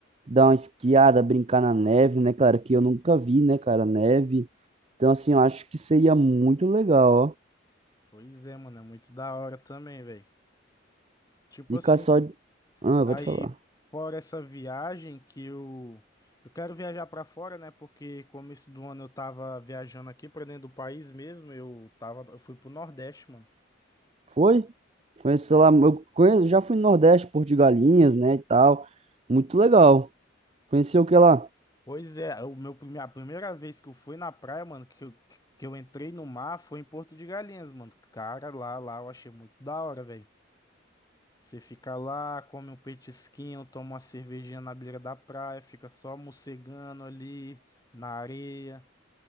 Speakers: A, on the right (about 35°); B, on the left (about 20°).
A: dar uma esquiada, brincar na neve, né, cara, que eu nunca vi, né, cara, neve. Então, assim, eu acho que seria muito legal, ó.
B: Pois é, mano. É muito da hora também, velho. Tipo
A: Fica
B: assim,
A: só... Ah,
B: aí
A: pode falar.
B: fora essa viagem que eu. Eu quero viajar pra fora, né? Porque começo do ano eu tava viajando aqui pra dentro do país mesmo. Eu tava, eu fui pro Nordeste, mano.
A: Foi? Conheço lá, eu conheço, já fui no Nordeste, Porto de Galinhas, né, e tal. Muito legal. conheceu o que lá?
B: Pois é, o meu prime- a primeira vez que eu fui na praia, mano, que eu, que eu entrei no mar foi em Porto de Galinhas, mano. Cara, lá, lá eu achei muito da hora, velho. Você fica lá, come um petisquinho, toma uma cervejinha na beira da praia, fica só mocegando ali na areia.